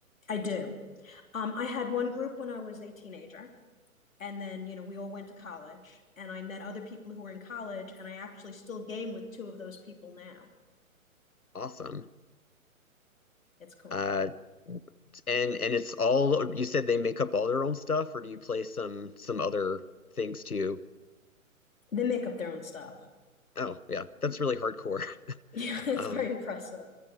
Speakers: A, on the left; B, on the left.
A: I do. Um, I had one group when I was a teenager and then you know we all went to college and i met other people who were in college and i actually still game with two of those people now
B: Awesome.
A: it's cool
B: Uh, and and it's all you said they make up all their own stuff, or do you play some some other things too?
A: they make up their own stuff
B: Oh, yeah, that's really hardcore. <laughs>
A: <laughs> yeah it's
B: Um,
A: very impressive